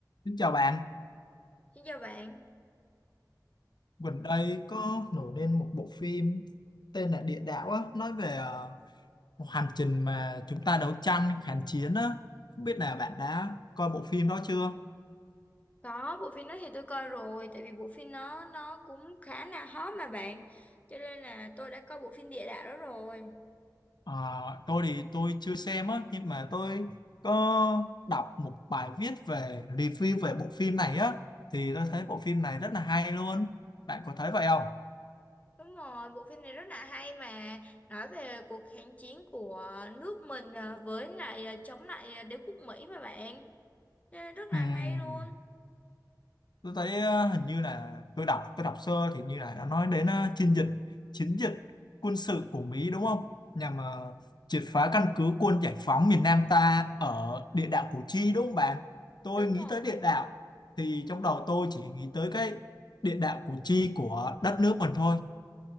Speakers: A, on the left; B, on the left.
A: Xin chào bạn,
B: Xin chào bạn.
A: gần đây có nổi lên một bộ phim tên là Địa Đạo á, nói về ờ, một hành trình mà chúng ta đấu tranh kháng chiến á. Không biết là bạn đã coi bộ phim đó chưa?
B: Có bộ phim đó thì tôi coi rồi, tại vì bộ phim nó nó cũng khá là hot mà bạn, cho nên là tôi đã coi bộ phim địa đạo đó rồi.
A: Ờ, tôi thì tôi chưa xem á, nhưng mà tôi có đọc một bài viết về review về bộ phim này á, thì tôi thấy bộ phim này rất là hay luôn. Bạn có thấy vậy không?
B: Đúng rồi, bộ phim này rất là hay mà nói về cuộc kháng chiến của nước mình ờ, với lại ờ, chống lại ờ, đế quốc Mỹ mà bạn, Cho nên rất là
A: Ừm,
B: hay luôn.
A: tôi thấy ờ, hình như là tôi đọc tôi đọc sơ thì như là nó nói đến ờ, chiến dịch chiến dịch quân sự của Mỹ đúng không nhằm ờ, triệt phá căn cứ quân giải phóng miền Nam ta ở địa đạo Củ Chi đúng không bạn tôi
B: Đúng
A: nghĩ
B: rồi,
A: tới địa đạo thì trong đầu tôi chỉ nghĩ tới cái địa đạo Củ Chi của đất nước mình thôi